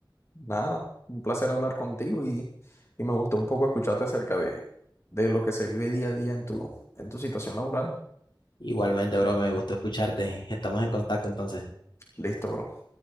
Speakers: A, on the left; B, on the left.
A: nada, un placer hablar contigo y, y me gustó un poco escucharte acerca de, de lo que se vive día a día en tu, en tu situación laboral.
B: Igualmente, bro, me gustó escucharte. Estamos en contacto entonces.
A: Listo, bro.